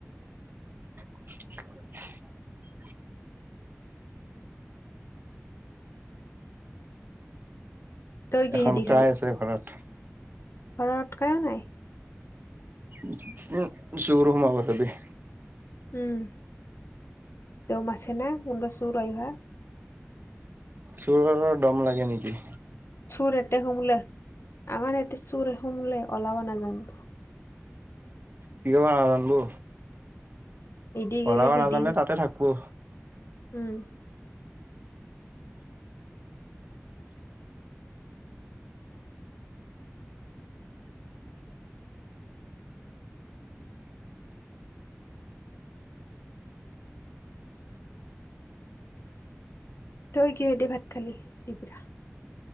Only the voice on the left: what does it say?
তই কিহেদি
খালি
ঘৰত কাইও নাই।
উম, দম আছে না কোনবা চুৰ আইবা।
চোৰ এতে সোমলে আমাৰ ইয়াতে চুৰ সোমলে ওলাব নাজানে।
ইদি গেলি
সিদি,
উম তই কিহে দি ভাত খালি দুপৰীয়া?